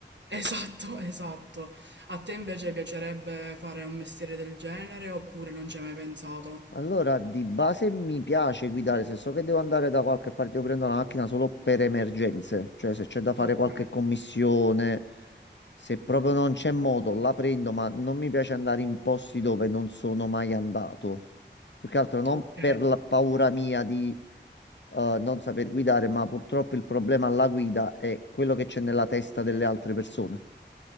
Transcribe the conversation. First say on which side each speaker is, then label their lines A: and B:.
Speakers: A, on the right; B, on the left.
A: Esatto, <laughs> esatto. A te invece piacerebbe fare un mestiere del genere oppure non ci hai mai pensato?
B: Allora, di base mi piace guidare, se so che devo andare da qualche parte, io prendo la macchina solo per emergenze, cioè se c'è da fare
A: Ok,
B: qualche commissione, se proprio non c'è modo, la prendo, ma non mi piace andare in posti dove non sono mai andato. Più che altro non
A: ok.
B: per la paura mia di eh, non saper guidare, ma purtroppo il problema alla guida è quello che c'è nella testa delle altre persone.